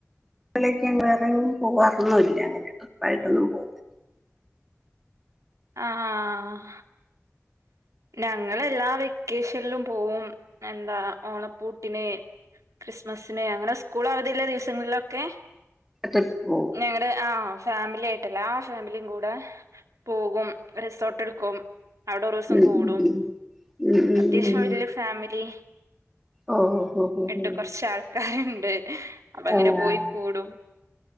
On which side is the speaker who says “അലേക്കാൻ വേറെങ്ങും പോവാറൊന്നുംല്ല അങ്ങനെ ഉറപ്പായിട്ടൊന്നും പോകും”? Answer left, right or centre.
Centre